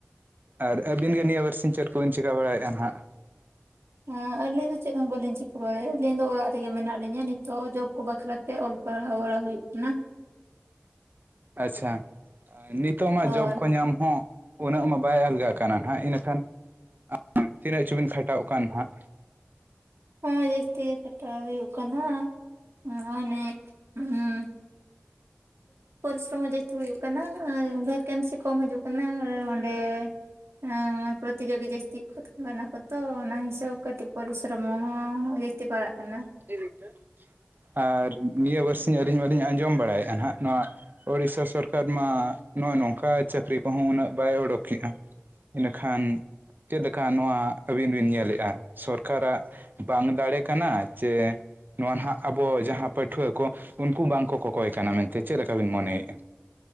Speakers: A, on the right; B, on the right.
A: ᱟᱨ ᱟᱹᱵᱤᱱ ᱜᱮ ᱱᱤᱭᱟᱹ ᱵᱟᱨᱥᱤᱧ ᱪᱮᱫ ᱠᱚᱵᱤᱱ ᱪᱤᱠᱟᱹ ᱵᱟᱲᱟᱭᱮᱫᱼᱟ ᱱᱟᱦᱟᱸᱜ
B: ᱮᱸᱻ ᱟᱹᱞᱤᱧ ᱫᱚ ᱪᱮᱫ ᱦᱚᱸ ᱵᱟᱹᱞᱤᱧ ᱪᱤᱠᱟᱹ ᱵᱟᱲᱟᱭᱟ ᱟᱹᱞᱤᱧ ᱫᱚ ᱚᱲᱟᱜ ᱨᱮᱜᱮ ᱢᱮᱱᱟᱜ ᱞᱤᱧᱟᱹ ᱱᱤᱛᱚᱜ <unintelligible> ᱠᱚ ᱵᱟᱠᱷᱨᱟ ᱛᱮ ᱚᱞ ᱯᱟᱲᱦᱟᱣ ᱵᱟᱲᱟ ᱦᱩᱭᱩᱜ ᱠᱟᱱᱟ
A: ᱟᱪᱪᱷᱟ ᱱᱤᱛᱚᱜ ᱢᱟ
B: ᱦᱳᱭ
A: ᱡᱚᱵ ᱠᱚ ᱧᱟᱢ ᱦᱚᱸ ᱩᱱᱟᱹᱜ ᱢᱟ ᱵᱟᱭ ᱟᱞᱜᱟ ᱟᱠᱟᱱᱟ ᱦᱟᱸᱜ ᱤᱱᱟᱹᱠᱷᱟᱱ <unintelligible> ᱛᱤᱱᱟᱹᱜ ᱪᱚᱵᱤᱱ ᱠᱷᱟᱴᱟᱣ ᱠᱟᱱ ᱦᱟᱜ᱾
B: ᱦᱚᱸ ᱡᱟᱹᱥᱛᱤ ᱜᱮ ᱠᱷᱟᱴᱟᱣ ᱦᱩᱭᱩᱜ ᱠᱟᱱᱟ ᱦᱚᱜ-ᱚᱭ ᱱᱮ ᱦᱩᱸ᱾ ᱯᱚᱨᱤᱥᱨᱚᱢ ᱦᱚᱸ ᱡᱟᱹᱥᱛᱤ ᱦᱩᱭᱩᱜ ᱠᱟᱱᱟ᱾ ᱟᱨ ᱵᱷᱮᱠᱮᱱᱥᱤ ᱠᱚᱢ ᱦᱤᱡᱩᱜ ᱠᱟᱱᱟ ᱚᱸᱰᱮ, ᱮᱸ ᱯᱨᱚᱛᱤᱡᱳᱜᱤ ᱡᱟᱹᱥᱛᱤ ᱠᱷᱩᱛ ᱠᱟᱱᱟ ᱠᱚ ᱛᱚ ᱚᱱᱟ ᱦᱤᱥᱟᱹᱵ ᱠᱟᱹᱴᱤᱡ ᱯᱚᱨᱤᱥᱨᱚᱢᱚ ᱦᱚᱸ ᱡᱟᱹᱥᱛᱤ ᱯᱟᱲᱟᱜ ᱠᱟᱱᱟ᱾
A: <unintelligible> ᱟᱨ ᱱᱤᱭᱟᱹ ᱵᱟᱨᱥᱤᱧ ᱟᱹᱞᱤᱧ ᱢᱟᱞᱤᱧ ᱟᱸᱡᱚᱢ ᱵᱟᱲᱟᱭᱮᱜ-ᱟ ᱦᱟᱜ ᱱᱚᱣᱟ ᱳᱲᱤᱥᱥᱟ ᱥᱚᱨᱠᱟᱨ ᱢᱟ ᱱᱚᱜ-ᱚᱭ ᱱᱚᱝᱠᱟ ᱪᱟᱹᱠᱨᱤ ᱠᱚᱦᱚᱸ ᱩᱱᱟᱹᱜ ᱵᱟᱭ ᱚᱰᱳᱠᱮᱜ-ᱟ᱾ ᱤᱱᱟᱹᱠᱷᱟᱱ ᱪᱮᱫ ᱞᱮᱠᱟ ᱱᱚᱣᱟ ᱟᱹᱵᱤᱱ ᱵᱤᱱ ᱧᱮᱞ ᱮᱜ-ᱟ? ᱥᱚᱨᱠᱟᱨᱟᱜ ᱵᱟᱝ ᱫᱟᱲᱮ ᱠᱟᱱᱟ ᱪᱮ ᱱᱚᱣᱟ ᱱᱟᱦᱟᱜ ᱟᱵᱚ ᱡᱟᱦᱟᱸ ᱯᱟᱹᱴᱷᱩᱣᱟᱹ ᱠᱚ, ᱩᱱᱠᱩ ᱵᱟᱝᱠᱚ ᱠᱚᱠᱚᱭ ᱠᱟᱱᱟ ᱢᱮᱱᱛᱮ ᱪᱮᱫ ᱞᱮᱠᱟ ᱵᱤᱱ ᱢᱚᱱᱮᱭᱮᱜ-ᱟ?